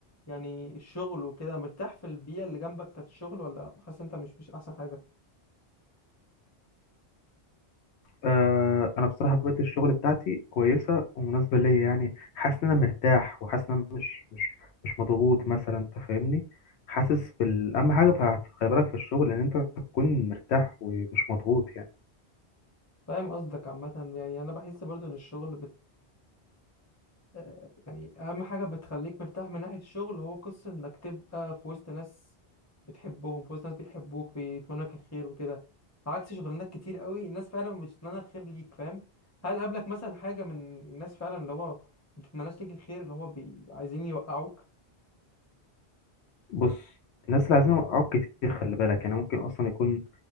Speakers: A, on the left; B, on the left.
A: يعني الشغل وكده مرتاح في البيئه اللي جنبك بتاعت الشغل ولا حاسس انت مش مش احسن حاجه
B: آه انا بصراحه بقيت الشغل بتاعتي كويسه ومناسبه ليا يعني حاسس ان انا مرتاح وحاسس ان انا مش مش مش مضغوط مثلا انت فاهمني حاسس بال اهم حاجه ف- خلي بالك في الشغل ان انت تكون مرتاح ومش مضغوط يعني
A: فاهم قصدك عامه يعني انا بحس برضو ان الشغل آه، يعني اهم حاجه بتخليك مرتاح من ناحيه الشغل هو قصه انك تبقى في وسط ناس بتحبهم في وسط ناس بيحبوك بيتمنوا لك الخير وكده عكس شغلانات كتير قوي الناس فعلا مش بتتمنى الخير ليك فاهم هل قابلك مثلا حاجه من الناس فعلا اللي هو ما بتتمناش ليك الخير اللي هو بي... عايزين يوقعوك
B: بص الناس اللي عايزين يوقعوك كتير خلي بالك يعني ممكن اصلا يكون